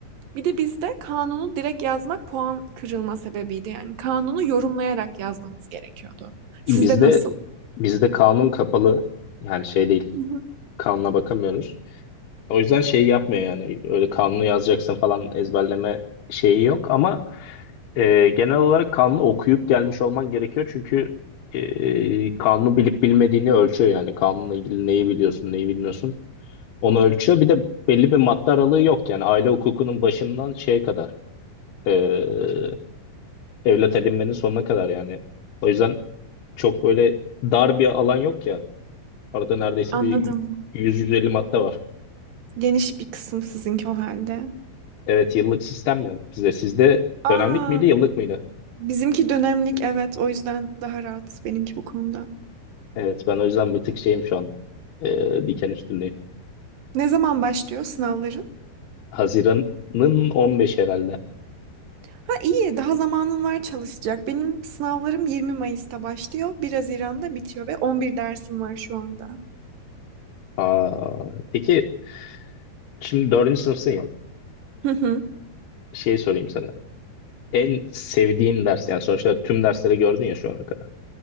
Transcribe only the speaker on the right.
Bir de bizde kanunu direkt yazmak puan kırılma sebebiydi. Yani kanunu yorumlayarak yazmamız gerekiyordu. Sizde
nasıl?
Hı hı.
Anladım.
Geniş bir kısım sizinki o halde.
Aa,
Bizimki dönemlik evet o yüzden daha rahat benimki bu konuda.
Ne zaman başlıyor sınavların?
Ha iyi daha zamanın var çalışacak. Benim sınavlarım 20 Mayıs'ta başlıyor. 1 Haziran'da bitiyor ve 11 dersim var şu anda.
Hı hı.